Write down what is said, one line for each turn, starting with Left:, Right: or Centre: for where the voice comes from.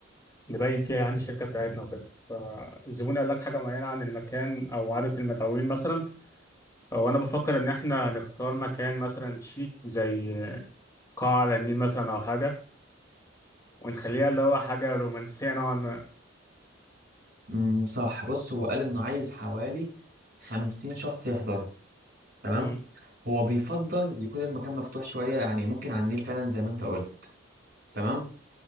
Left: نبين فيها عندي الشركة بتاعتنا وكده فالزبون قال لك حاجة معينة عن المكان أو عدد المدعوين مثلا أو أنا بفكر إن إحنا نختار مكان مثلا شيك زي قاعة على النيل مثلا أو حاجة ونخليها اللي هو حاجة رومانسية نوعا ما
Right: امم صح بص هو قال إنه عايز حوالي خمسين شخص يحضروا تمام
Left: مم،
Right: هو بيفضل يكون المكان مفتوح شوية يعني ممكن على النيل فعلا زي ما أنت قلت تمام